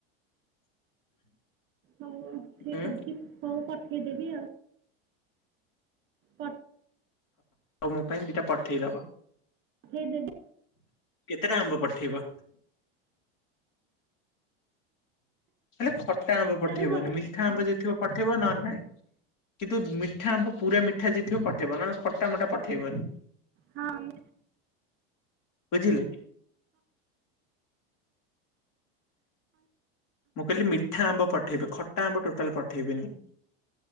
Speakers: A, on the left; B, on the right.
A: <inaudible>
B: ହଉ ଠିକ
A: ହୁଁ
B: ଅଛି ହଉ ପଠେଇଦେବି ଆଉ। ପଟ୍
A: ଆଉ ମୋ ପାଇଁ ଦିଟା ପଠେଇଦବ।
B: <unintelligible>
A: କେତେଟା ଆମ୍ବ ପଠେଇବ? ହେଲେ ଖଟା ଆମ୍ବ
B: ଚାରିଟାରୁ
A: ପଠେଇବନି
B: ଦଶ
A: ମିଠା ଆମ୍ବ ଯଦି ଥିବ ପଠେଇବ ନଅ ନେ ନାଇଁ। କିନ୍ତୁ ମିଠା ଆମ୍ବ ପୁରା ମିଠା ଜିଥିବ ପଠେଇବ ନଅନେ ଖଟା ମଟା ପଠେଇବନି।
B: ହଁମ୍।
A: ବୁଝିଲି। ମୁଁ କହିଲି ମିଠା ଆମ୍ବ ପଠେଇବି ଖଟା ଆମ୍ବ ଟୋଟାଲ୍ ପଠେଇବେନି।